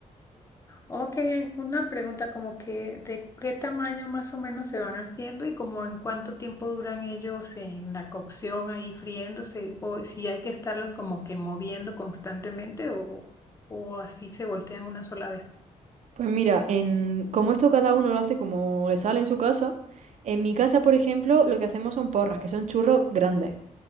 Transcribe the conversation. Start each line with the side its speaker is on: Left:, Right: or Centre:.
Left: Oh, qué bien. Una pregunta como que de qué tamaño más o menos se van haciendo y como en cuánto tiempo duran ellos en la cocción ahí friéndose o si hay que estarlos como que moviendo constantemente o, o así se voltean una sola vez.
Right: Pues mira, en, como esto cada uno lo hace como le sale en su casa, en mi casa, por ejemplo, lo que hacemos son porras, que son churros grandes.